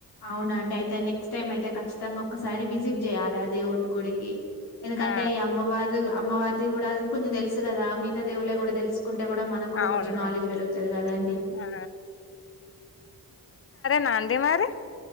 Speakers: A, on the left; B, on the left.
A: అవునండి అయితే నెక్స్ట్ టైం అయితే ఖచ్చితంగా ఒకక్కసారి విజిట్ చేయాలి అదే ఒంటి గుడికి ఎందుకంటే
B: ఆ
A: ఈ అమ్మవారి అమ్మవారిది కూడా కొంచెం తెలుసు కదా మిగతా దేవుళ్ళ కూడా తెలుసు కుంటే కూడా మనకు కూడా
B: అవునవును
A: కొంచెం నాలెడ్జ్ పెరుగుతుంది కదాండి
B: ఆ నాందే మరి